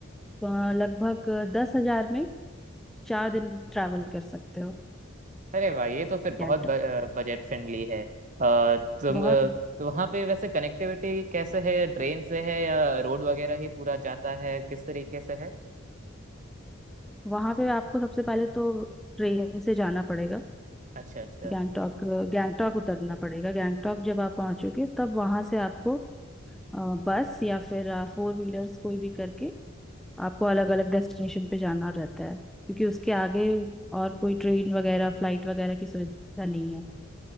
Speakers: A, in the centre; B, on the right (about 35°).
A: अ, लगभग दस हजार में चार दिन ट्रैवल कर सकते हो
B: अरे वाह ये तो फिर बहुत
A: गैंगटॉक
B: बजट फ्रेंडली है अ, तुम
A: बहुत
B: अ, तो वहाँ पे वैसे कनेक्टिविटी कैसे है ट्रेन से है या रोड वगैरह ही पूरा जाता है किस तरीके से है
A: वहां पे आपको सबसे पहले तो ट्रेन से जाना पड़ेगा
B: अच्छा अच्छा
A: गैंगटॉक गैंगटॉक उतरना पड़ेगा गैंगटॉक जब आप पहुंचोगे तब वहां से आपको अ, बस या फिर फोर व्हीलर्स कोई भी करके आपको अलग अलग डेस्टिनेशन पे जाना रहता है क्योंकि उसके आगे और कोई ट्रेन वगैरह फ्लाइट वगैरह की सुविधा नहीं है